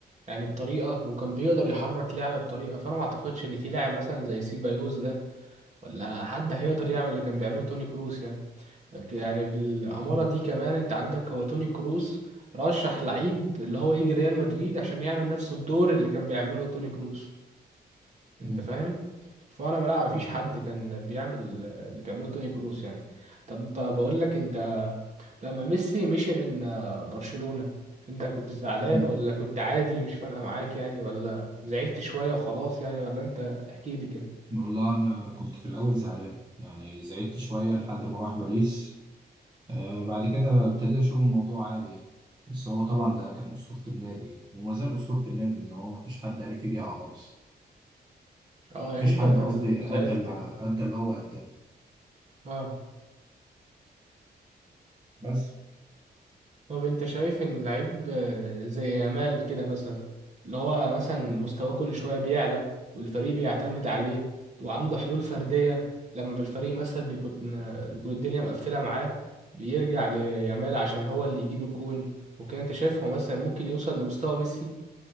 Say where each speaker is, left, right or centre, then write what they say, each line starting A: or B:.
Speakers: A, on the right; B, on the right.
A: يعني بطريقه وكان بيقدر يحرك لعبه بطريقه فانا ما اعتقدش ان في لاعب مثلا زي سيبايوس ده ولا حد هيقدر يعمل اللي كان بيعمله توني كروس يعني يعني بالاماره
B: مم.
A: دي كمان انت عندك هو توني كروس رشح لعيب اللي هو يجي ريال مدريد عشان يعمل نفس الدور اللي كان بيعمله توني كروس انت
B: مم.
A: فاهم فانا ما- لا مفيش
B: فاهم
A: حد كان بيعمل اللي بيعمله توني كروس يعني طب بقول لك انت لما ميسي مشي من آه، برشلونة انت كنت زعلان
B: مم.
A: ولا كنت عادي مش فارقة معاك يعني ولا زعلت شوية وخلاص يعني ولا انت احكي لي كده
B: والله أنا كنت في الأول زعلان يعني زعلت شوية لحد ما راح باريس آه بعد كده ابتديت أشوف الموضوع عادي يعني. بس هو طبعا ده كان أسطورة النادي يعني. وما زال أسطورة النادي إن هو مفيش حد عارف يجي يعوضه
A: اه يعني
B: مفيش
A: انت
B: حد قصدي
A: زعلت
B: أدى اللي أدى اللي هو أداه
A: اه
B: بس
A: طب انت شايف ان لعيب آه، زي يامال كده مثلا اللي هو مثلا
B: مم.
A: مستواه كل شويه بيعلى والفريق بيعتمد عليه وعنده حلول فرديه لما بالفريق مثلا بيكون آه، بيكون الدنيا مقفله معاه بيرجع ليامال عشان هو اللي يجيب الجون وكده انت شايف هو مثلا ممكن يوصل لمستوى ميسي